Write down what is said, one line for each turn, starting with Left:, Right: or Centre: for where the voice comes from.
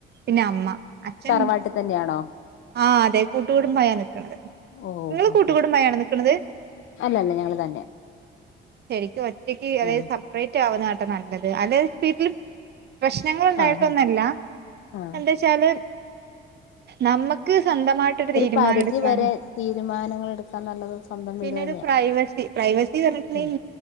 Right: പിന്നെ അമ്മ അച്ചൻ
Left: നാട്ട് തന്നെയാണോ
Right: ആ അതെ കൂട്ടുകുടുംബായാണ് നിക്കുന്നത്
Left: ഓഹോ
Right: നിങ്ങള് കൂട്ടുകുടുംബായാണ്
Left: ഹോ
Right: നിക്കുന്നത്
Left: അല്ലല്ല ഞങ്ങള് തന്നെ
Right: ശരിക്കും ഒറ്റക്ക് അതായത്
Left: ആഹ്
Right: സെപ്പറേറ്റ് ആവുന്ന കേട്ട നല്ലത് അല്ല സ്പീട്ടിൽ പ്രശ്നങ്ങളുണ്ടായിട്ടൊന്നല്ല
Left: ആഹ് ആഹ്
Right: എന്താ വച്ചാല് നമ്മക്ക് സ്വന്തമായിട്ട് ഒരു തീരുമാനം
Left: പരിധി
Right: എടുക്കാനും
Left: വരെ തീരുമാനങ്ങൾ എടുക്കാൻ നല്ലത് സ്വന്തം വീട്
Right: പിന്നെ
Left: തന്നെയാ
Right: ഒരു പ്രൈവസി പ്രൈവസി പറഞ്ഞിട്ടുണ്ടെിൽ
Left: ഉം